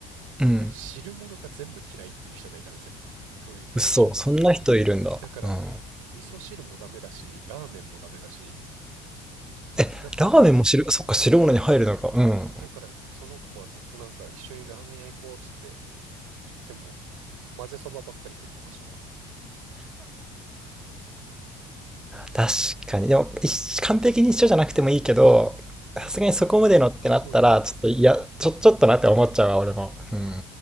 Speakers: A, on the right; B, in the centre.
A: その汁物が全部嫌いっていう人がいたんですよ。
B: うん。
A: そういう特殊な。
B: 嘘、そんな人いるんだ。
A: だから味
B: うん。
A: 噌汁もダメだし、ラーメンもダメだし、
B: え、
A: だから、
B: ラーメンも汁、そっか、汁物に入るのか。うん。
A: だからその子はずっとなんか一緒にラーメン屋行こうっつって行っても混ぜそばばっかり食ってましたね。
B: 確かに。でも、一完璧に一緒じゃなくてもいいけど、さすがにそこまでのってなったら、
A: あれって、そうです。
B: ちょっと、いや、ちょ、ちょっとなって思っちゃうわ、俺も。うん。